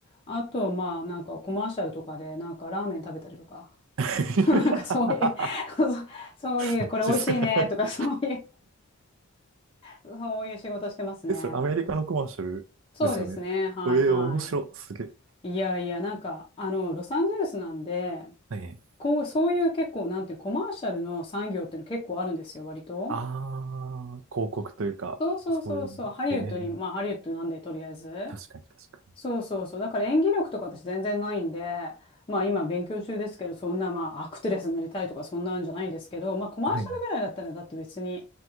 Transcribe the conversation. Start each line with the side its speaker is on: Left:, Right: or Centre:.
Left: あと、まあ、なんかコマーシャルとかで、なんかラーメン食べたりとか、
Right: <laughs>
Left: <laughs> なんかそういう <laughs> そうそういう、
Right: マジっすか
Left: これ美味しいねとか、
Right: <laughs>
Left: <laughs> そういう、そういう仕事してますね。
Right: え、それアメリカのコマーシャルですよね。
Left: そうですね、はいは
Right: ええ、面白い。すげえ。
Left: い。いやいや、なんか、あの、ロサンゼルスなんで、
Right: はい。
Left: こう、そういう結構、なんていうのコマーシャルの産業っていうの結構あるんですよ、割と。
Right: ああ、広告というか、
Left: そうそうそうそう、
Right: そういうのが。
Left: ハリウッドに、
Right: へえ。
Left: まあ、ハリウッドなんで、とりあえず。
Right: 確かに確かに。
Left: そうそうそう。だから演技力とか私全然ないんで、まあ今勉強中ですけど、そんなまあアクテレスになりたいとかそんなんじゃないんですけど、まあコマーシャルぐらいだったらだって別に
Right: はいはい。